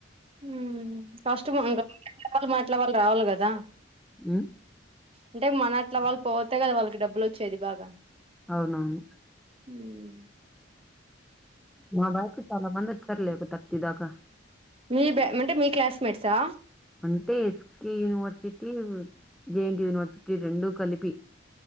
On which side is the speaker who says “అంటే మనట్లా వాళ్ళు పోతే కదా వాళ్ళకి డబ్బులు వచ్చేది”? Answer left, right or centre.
Right